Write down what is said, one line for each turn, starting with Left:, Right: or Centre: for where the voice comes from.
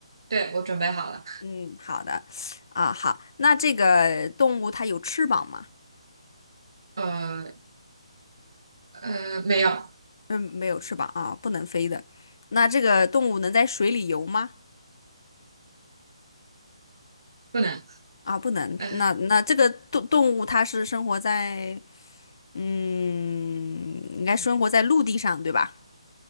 Right: 对，我准备好了。
Left: 嗯，好的，啊好，那这个动物它有翅膀吗？
Right: 呃呃，没有，
Left: 嗯，没有翅膀啊，不能飞的。那这个动物能在水里游吗？
Right: 不能。
Left: 啊，不能。
Right: 呃，
Left: 那那这个动动物它是生活在，嗯，应该生活在陆地上，对吧？